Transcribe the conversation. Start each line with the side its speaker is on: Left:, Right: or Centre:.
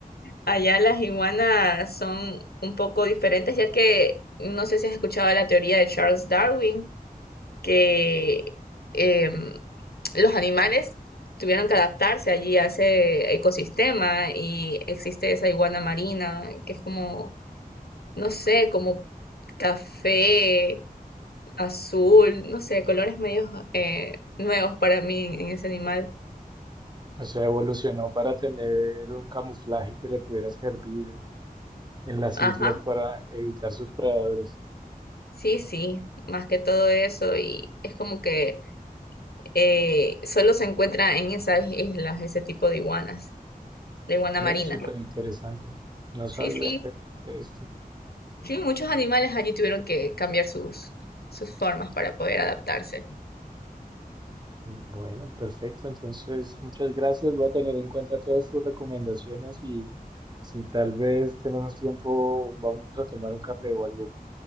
Left: Allá las iguanas son un poco diferentes, ya que no sé si has escuchado la teoría de Charles Darwin, que em, los animales tuvieron que adaptarse allí a ese ecosistema y existe esa iguana marina, que es como, no sé, como café, azul, no sé, colores medios eh, nuevos para mí en en ese animal.
Right: O sea, evolucionó para tener un camuflaje que le pudiera servir en las
Left: Ajá,
Right: islas para evitar sus predadores.
Left: sí, sí, más que todo eso y es como que eh, solo se encuentra en esas islas, ese tipo de iguanas, la iguana
Right: Ve,
Left: marina.
Right: súper interesante. No sabía
Left: Sí, sí,
Right: de esto.
Left: sí, muchos animales allí tuvieron que cambiar sus, sus formas para poder adaptarse.
Right: Bueno, perfecto. Entonces, muchas gracias. Voy a tener en cuenta todas tus recomendaciones y si tal vez tenemos tiempo, vamos a tomar un café o algo.